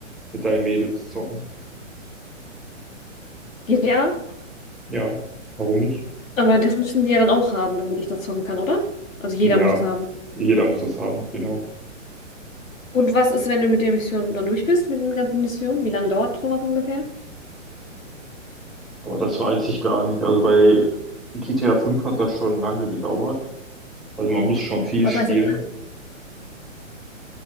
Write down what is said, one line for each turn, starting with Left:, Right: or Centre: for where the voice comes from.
Centre: mit deinen Mädels zocken.
Left: viel. Ja,
Centre: Ja, warum nicht?
Left: aber das müssen die ja dann auch haben, damit ich das zocken kann, oder? Also jeder
Centre: Ja,
Left: muss das haben.
Centre: jeder muss das haben, genau.
Left: Und was ist, wenn du mit der Mission dann durch bist, mit den ganzen Missionen? Wie lange dauert sowas ungefähr?
Centre: Aber das weiß ich gar nicht. Also bei GTA 5 hat das schon lange gedauert. Also man muss schon viel
Left: Was
Centre: spielen.
Left: heißt denn?